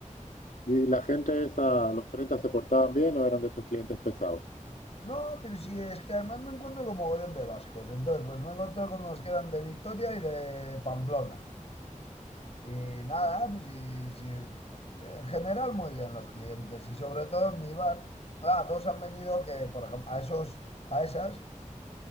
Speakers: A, on the left; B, on the left.
A: ¿Y la gente esa, los 30 se portaban bien o eran de estos clientes pesados?
B: No, pero sí, es que además me encuentro con mogollón de vascos. Entonces, pues me encuentro con los que eran de Vitoria y de Pamplona. Y nada, pues sí, sí, en general muy bien los clientes y sobre todo en mi bar. Ah, dos han venido que, por ejemplo, a esos, a esas,